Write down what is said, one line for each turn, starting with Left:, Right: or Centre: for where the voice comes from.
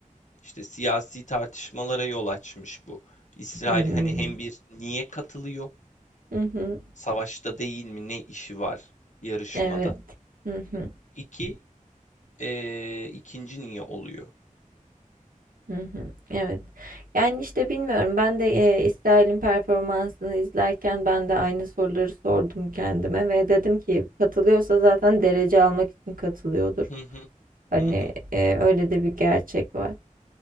Left: işte siyasi tartışmalara yol açmış bu. İsrail
Right: Hmm,
Left: hani hem bir niye katılıyor?
Right: Hı hı.
Left: Savaşta değil mi? Ne işi var yarışmada?
Right: Evet. Hı hı.
Left: İki, ee, ikinci niye oluyor?
Right: Hı hı. Evet. Yani, işte, bilmiyorum. Ben de, eee, İsrail'in performansını izlerken ben de aynı soruları sordum kendime ve dedim ki katılıyorsa zaten derece almak için katılıyordur.
Left: Hı hı,
Right: Hani,
Left: hı hı.
Right: eee, öyle de bir gerçek var.